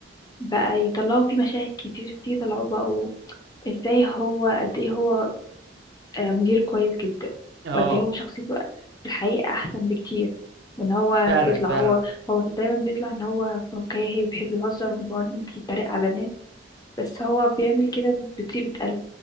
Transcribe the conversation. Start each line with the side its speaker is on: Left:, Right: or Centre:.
Left: بقى يطلعوا فيه مشاهد كتير فيه طلعوا بقوا ازاي هو قد ايه هو آه، مدير كويس جدا
Right: آه،
Left: وقد ايه هو شخصيته في الحقيقة احسن بكتير وان هو
Right: فعلًا،
Left: بيطلع
Right: فعلًا.
Left: هو هو دايما بيطلع ان هو فكاهي وبيحب يهزر وممكن يتريق على ناس بس هو بيعمل كده بطيبة قلب